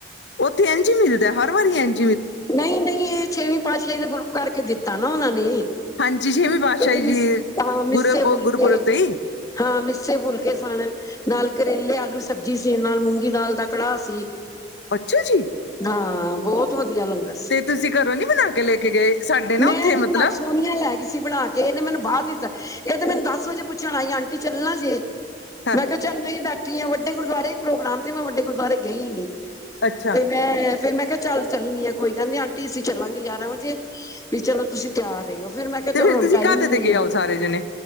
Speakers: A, on the left; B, on the left.
A: ਉੱਥੇ ਇੰਝ ਹੀ ਮਿਲਦਾ, ਹਰ ਵਾਰੀ ਐੰਝ
B: ਨਹੀਂ-ਨਹੀਂ ਇਹ ਛੇਵੀਂ ਪਾਤਸ਼ਾਹੀ ਦਾ ਗੁਰਪੁਰਬ ਕਰਕੇ ਦਿੱਤਾ ਨਾ ਉਹਨਾਂ ਨੇ।
A: ਹਾਂਜੀ ਛੇਵੀਂ ਪਾਤਸ਼ਾਹੀ
B: ਸਿੱ- ਤੇ
A: ਜੀ
B: ਮਿੱਸੇ
A: ਗੁਰਪੁਰਬ
B: ਫੁਲਕੇ
A: ਉਹ ਗੁਰਪੁਰਬ ਤੇ ਹੀ
B: ਹਾਂ। ਮਿੱਸੇ ਫੁਲਕੇ ਸਣਾ ਨਾਲ ਕਰੇਲੇ, ਆਲੂ ਸਬਜ਼ੀ ਸੀ। ਨਾਲ ਮੂੰਗੀ ਦਾਲ ਦਾ ਕੜਾਹ ਸੀ।
A: ਅੱਛਾ ਜੀ
B: ਹਾਂ। ਬਹੁਤ ਵਧੀਆ ਲੰਗਰ ਸੀ।
A: ਤੇ ਤੁਸੀਂ ਘਰੋਂ ਨੀ ਬਣਾ ਕੇ ਲੈ ਕੇ ਗਏ। ਸਾਡੇ ਨਾ
B: ਮੈਂ
A: ਉੱਥੇ
B: ਨੀ
A: ਮਤਲਬ
B: ਬਣਾ ਕੇ ਸੋਨੀਆ ਲੈ ਗਈ ਸੀ ਬਣਾ ਕੇ ਇਹਨੇ ਮੈਨੂੰ ਬਾਦ ਦੱਸਿਆ। ਇਹ ਤੇ ਮੈਨੂੰ ਦਸ ਵਜੇ ਪੁੱਛਣਾ ਆਈ ਆਂਟੀ ਚੱਲਣਾ ਜੇ।
A: ਹਾਂ
B: ਮੈਂ ਕਿਹਾ ਚੱਲ ਮੈਂ ਬੈਠੀ ਹਾਂ। ਵਡੇ ਗੁਰਦੁਆਰੇ ਹੀ ਪ੍ਰੋਗਰਾਮ ਤੇ ਮੈਂ ਵੱਡੇ ਗੁਰਦੁਆਰੇ ਗਈ ਨੀ।
A: ਅੱਛਾ
B: ਤੇ ਮੈਂ, ਫੇਰ ਮੈਂ ਕਿਹਾ ਚੱਲ ਚੱਲਣੀ ਆ। ਕੋਈ ਗੱਲ ਨੀ ਆਂਟੀ ਅਸੀਂ ਚੱਲਾਂਗੇ ਗਿਆਰਾਂ ਵਜੇ। ਵੀ ਚਲੋ ਤੁਸੀਂ ਤਿਆਰ ਰਹੇ ਹੋ। ਫੇਰ ਮੈਂ ਕਿਹਾ,
A: ਤੇ
B: ਚਲੋ
A: ਫਿਰ
B: ਹੁਣ
A: ਤੁਸੀਂ
B: ਟਾਈਮ
A: ਕਾਹਦੇ
B: ਹੀ ਨਹੀਂ
A: ਤੇ ਗਏ
B: ਹੈ।
A: ਹੋ ਸਾਰੇ ਜਣੇ